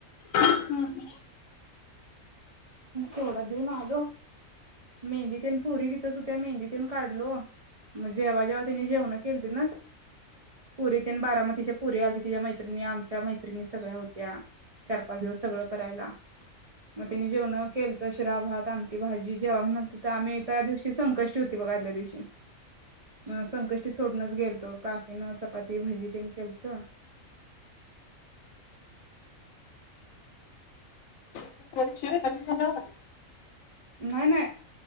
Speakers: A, on the left (about 80°); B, on the right (about 45°).
A: हम्म हम्म
B: तेवढा देऊन आल मेहंदीतन पुरी तिथ होत्या मेहंदीतन काढलो मग जेव्हा जेव्हा त्याने जेवण केलं ते ना पुरी तने बाराम तिच्या पुरी आली तिच्या्या मैत्रिणी आमच्या मैत्रिणी सगळ्या होत्या चार पाच दिवस सगळं करायला मग त्यानी जेवण केलत शिरा भात आमटी भाजी जेव्हा म्हणाल तिथ आम्ही त्या दिवशी संकष्टी होती बघ आदल्या दिवशी मग संकष्टी सोडूनच गेलतो. काकीन चपाती भजी तन केलत.
A: <unintelligible>
B: नाही नाही